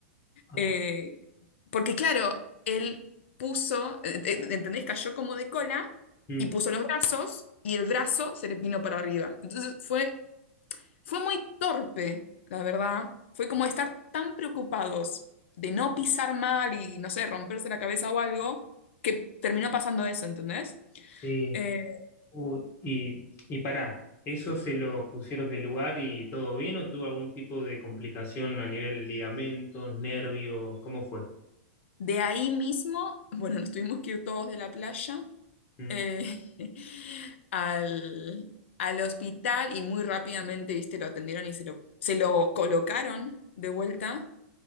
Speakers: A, on the left; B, on the left.
A: Ah,
B: eh, porque claro, él puso, eh, eh, ¿entendés? Cayó como de cola
A: Mm,
B: y puso los brazos y el brazo se le vino para arriba. Entonces fue, fue muy torpe, la verdad. Fue como estar tan preocupados de no pisar mal y, no sé, romperse la cabeza o algo, que terminó pasando eso, ¿entendés?
A: sí.
B: Eh,
A: uy. Y, y pará, ¿eso se lo pusieron del lugar y todo bien o tuvo algún tipo de complicación a nivel ligamentos, nervios? ¿Cómo fue?
B: de ahí mismo, bueno, nos tuvimos que ir todos de la playa
A: Mm.
B: eh, <laughs> al, al hospital y muy rápidamente, viste, lo atendieron y se lo, se lo colocaron de vuelta.